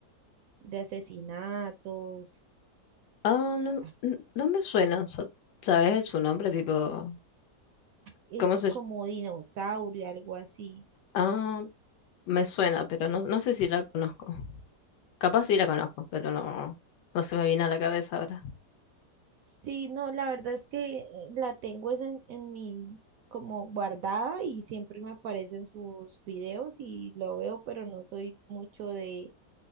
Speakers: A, on the right; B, on the left.
A: de asesinatos,
B: Ah, no,
A: ah,
B: n- no me suena, sa- ¿sabes su nombre? Tipo,
A: y
B: ¿cómo se...?
A: como dinosaurio, algo así.
B: Ah, me suena, pero no, no sé si la conozco. Capaz sí la conozco, pero no, no se me viene a la cabeza ahora.
A: Sí, no, la verdad es que eh, la tengo es en, en mi como guardada y siempre me aparecen sus videos y lo veo, pero no soy mucho de